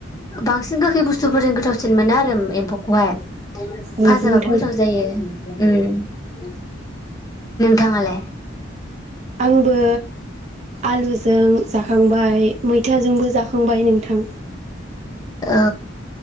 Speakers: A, on the left; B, on the right.
A: बांसिन गोखै बुस्थुफोरजों गो थावसिन मोनो आरो एम्फौखौहाय
B: औ
A: फाजाबाबो
B: नोंथां
A: गोथाव जायो उम थाङालाय
B: आंबो आलुजों जाखांबाय मैथाजोंबो जाखांबाय नोंथां
A: औ